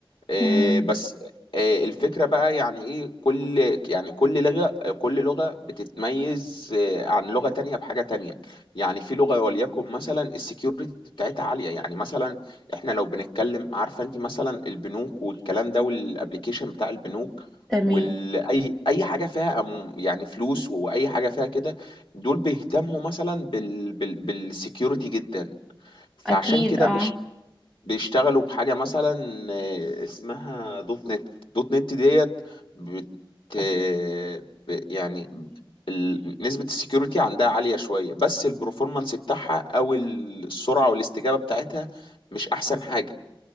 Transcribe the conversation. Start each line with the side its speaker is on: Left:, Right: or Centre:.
Left: آه،
Centre: امم
Left: بس آه، الفكرة بقى يعني ايه كل يعني كل لغة كل لغة بتتميز آه، عن لغة تانية بحاجة تانية يعني في لغة وليكن مثلا السكيورتي بتاعتها عالية يعني مثلا احنا لو بنتكلم عارفة انت مثلا البنوك والكلام ده والابليكيشن بتاع البنوك
Centre: تمام
Left: واي اي حاجه فيها أم- يعني فلوس واي حاجه فيها كده دول بيهتموا مثلا بال بال بالسكيورتي جدا فعشان
Centre: اكيد
Left: كده
Centre: اه
Left: بيشتغلوا بحاجة مثلا آه، اسمها دوت نت دوت نت ديت بت آه، ب- يعني ال- نسبة السكيورتي عندها عالية شوية بس البروفورمانس بتاعها أو السرعة والاستجابة بتاعتها مش أحسن حاجة